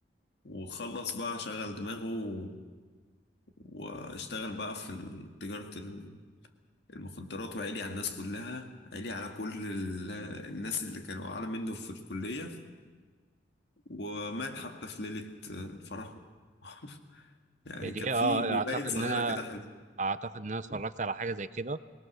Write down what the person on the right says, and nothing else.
يعني دي
اه
اعتقد
ان انا
اعتقد ان انا اتفرجت على حاجه زي كده